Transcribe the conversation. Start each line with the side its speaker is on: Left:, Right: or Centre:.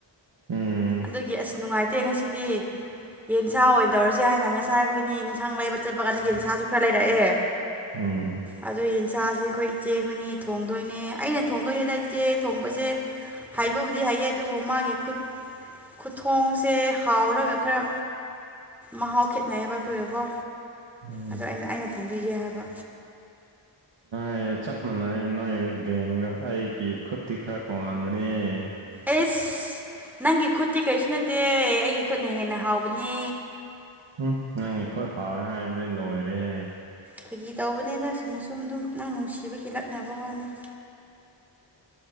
Right: ꯎꯝ
Centre: ꯑꯗꯨꯒꯤ ꯑꯁ ꯅꯨꯡꯉꯥꯏꯇꯦ ꯉꯁꯤꯗꯤ ꯌꯦꯟꯁꯥ ꯑꯣꯏꯅ ꯇꯧꯔꯁꯦ ꯍꯥꯏꯅ ꯉꯁꯥꯏ ꯑꯩꯈꯣꯏꯅꯤ ꯌꯦꯟꯁꯥꯡ ꯂꯩꯕ ꯆꯠꯄ ꯀꯥꯟꯗ ꯌꯦꯟꯁꯥꯁꯨ ꯈꯔ ꯂꯩꯔꯛꯑꯦ
Right: ꯎꯝ
Centre: ꯑꯗꯨꯗ ꯌꯦꯟꯁꯥꯁꯦ ꯑꯩꯈꯣꯏ ꯏꯆꯦꯈꯣꯏꯅꯤ ꯊꯣꯡꯗꯣꯏꯅꯦ ꯑꯩꯅ ꯊꯣꯡꯗꯣꯏꯅꯦꯗ ꯏꯆꯦ ꯊꯣꯡꯕꯁꯦ ꯍꯥꯏꯕꯕꯨꯗꯤ ꯍꯩꯌꯦ ꯑꯗꯨꯕꯨ ꯃꯥꯒꯤ ꯈꯨꯠ ꯈꯨꯊꯣꯡꯁꯦ ꯍꯥꯎꯔꯒ ꯈꯔ ꯃꯍꯥꯎ ꯈꯦꯠꯅꯩꯕ ꯑꯩꯈꯣꯏꯕꯀꯣ
Right: ꯎꯝ
Centre: ꯑꯗꯣ ꯑꯩꯅ ꯑꯩꯅ ꯊꯣꯡꯕꯤꯒꯦ ꯍꯥꯏꯕ
Right: ꯑꯩ ꯆꯞ ꯃꯥꯟꯅꯩ ꯅꯣꯏ ꯒꯦꯡꯗꯣ ꯑꯩꯒꯤ ꯈꯨꯠꯇꯤ ꯈꯔ ꯇꯣꯉꯥꯟꯕꯅꯦꯍ
Centre: ꯑꯦꯁ ꯅꯪꯒꯤ ꯈꯨꯠꯇꯤ ꯀꯩꯁꯨ ꯅꯠꯇꯦ ꯑꯩꯒꯤ ꯈꯨꯠꯅ ꯍꯦꯟꯅ ꯍꯥꯎꯕꯅꯦ
Right: ꯎꯝ ꯅꯪ ꯑꯩꯈꯣꯏ ꯍꯥꯎꯋꯦ ꯍꯥꯏꯔꯗꯤ ꯂꯣꯏꯔꯦꯍꯦ
Centre: ꯐꯥꯒꯤ ꯇꯧꯕꯅꯦꯗ ꯑ ꯁꯨꯝꯅ ꯁꯨꯝ ꯑꯗꯨꯝ ꯅꯪ ꯅꯨꯡꯁꯤꯕꯒꯤ ꯂꯛꯅꯕ ꯋꯥꯅꯤ <inaudible>